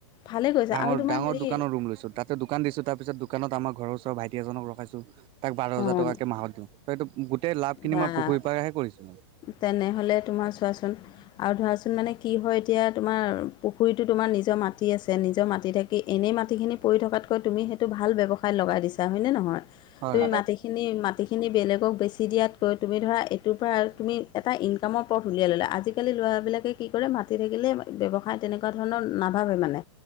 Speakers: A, on the left (about 30°); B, on the right (about 35°).
A: ভালে কৈছা
B: ডাঙৰ
A: আৰু তোমাৰ
B: ডাঙৰ
A: হেৰি
B: দোকানৰ ৰুম লৈছো তাত দোকান দিচো তাৰ পিছত দোকানত আমাৰ ঘৰ ওচৰ ভেটি এজনক ৰখাইছো তাক বাৰ হাজাৰ
A: অঁ
B: টকাকৈ মাহত দিওঁ ত' এইটো গোটেই লাভখিনি
A: বা
B: মই পুখুৰীৰ পৰাহে কৰিছোঁ মই
A: তেনেহ'লে তোমাৰ চোৱাচোন আৰু ধৰাচোন মানে কি হয় এতিয়া তোমাৰ পুখুৰীটো তোমাৰ নিজৰ মাটি আছে নিজৰ মাটি থাক কি এনেই মাটিখিনি পৰি থকাতকৈ তুমি সেইটো ভাল ব্যৱসায় লগাই দিছা হয়নে নহয়?
B: হয়।
A: তুমি মাটিখিনি মাটিখিনি বেলেগক বেছি দিয়াতকৈ তুমি ধৰা এইটোৰ পৰা তুমি এটা ইনকামৰ পথ উলিয়াই ল'লে আজিকালি ল'ৰাবিলাকে কি কৰে মাতি থাকিলে ব্যৱসায় তেনেকুৱা ধৰণৰ নাভাবে মানে